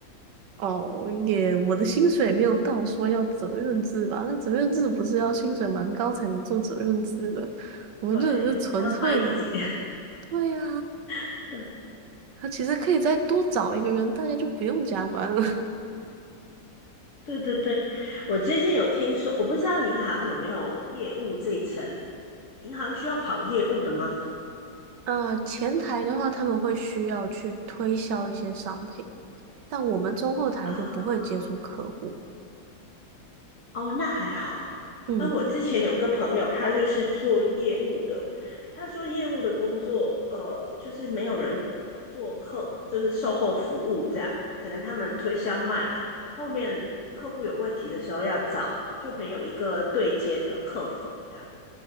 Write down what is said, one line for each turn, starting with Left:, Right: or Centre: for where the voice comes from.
Right: 哦，也我的薪水没有到说要责任制吧？那责任制不是要薪水蛮高才能做责任制的，我们就只是纯粹的，
Left: 对，不要卖自己。
Right: 对呀、
Left: <laughs>
Right: 他其实可以再多找一个人，大家就不用加班了。<laughs>
Left: 对对对，我最近有听说，我不知道银行有没有业务这一层，银行需要跑业务的吗？
Right: 啊，前台的话，他们会需要去推销一些商品。但我们中后台就不会接触客户，
Left: 啊，哦，那还好，
Right: 嗯，
Left: 啊，我之前有个朋友，他就是做业务的。他说业务的工作，呃，就是没有人做客，就是售后服务这样。可能他们推销卖了，后面客户有问题的时候要找，就没有一个对接的客服这样。